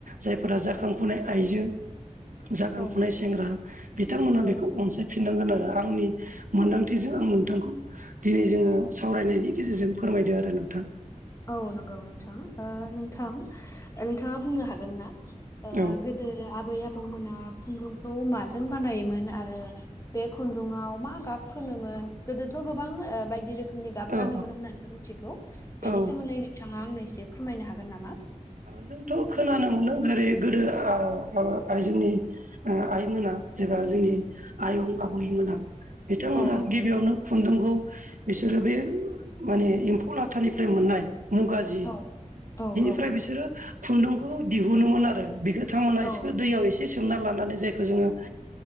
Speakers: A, on the right; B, on the left.
A: जायफोरा जाखांफुनाय आइजो जाखांफुनाय
B: औ
A: सेंग्रा बिथांमोना
B: औ
A: बेखौ अनसाय फिननांगोन आरो आंनि मोन्दांथिजों आं नोंथांखौ दिनै जोङो सावरायनायनि गेजेरजों फोरमायदों आरो नोंथां
B: औ नंगौ नोंथां नोंथां नोंथाङा बुंनो हागोनना
A: औ
B: गोदो आबै आबौमोना खुन्दुंखौ माजों बानायोमोन आरो बे खुन्दुआव मा गाब फोनोमोन गोदोथ गोबां बायदि रोखोम रोखोमनि गाब
A: औ
B: गानोमोन होननानैबो मिथिगौ बेनि
A: औ
B: सोमोन्दै नोंथाङा आंनो एसे फोरमायनो हागोन नामा
A: जोंथ खोनानो मोनो जेरै गोदो आ जोंनि आइमोना जेब्ला जोंनि आयं आबैमोना बिथांमोना
B: औ औ
A: गिबियावनो खुन्दुंखौ बिसोरो बे माने एम्फौ लाथानिफ्राय मोननाय मुगा जि
B: <inaudible> औ
A: ओमफ्राय बिसोरो खुन्दुंखौ दिहुनोमोन आरो बेखौ बिथांमोना
B: औ
A: दैयाव एसे एसे सोमना लानानै जायखौ जोङो